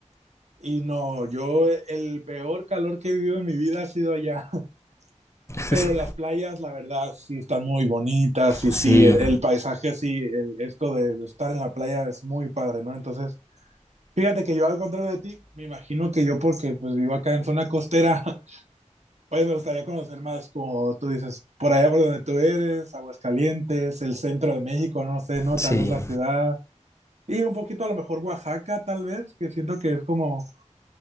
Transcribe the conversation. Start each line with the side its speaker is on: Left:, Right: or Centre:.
Right: Y no, yo el peor calor que he vivido en mi vida ha sido allá. <laughs> Pero
Left: <laughs>
Right: las playas, la verdad, sí están muy bonitas y
Left: sí,
Right: sí, el, el paisaje, sí, el, esto de, de estar en la playa es muy padre, ¿no? Entonces, fíjate que yo al contrario de ti, me imagino que yo porque pues vivo acá en zona costera, <laughs> pues me gustaría conocer más, como tú dices, por allá por donde tú eres, Aguascalientes, el centro de México, no sé, ¿no?
Left: sí.
Right: Tal vez la ciudad. Y un poquito a lo mejor Oaxaca, tal vez, que siento que es como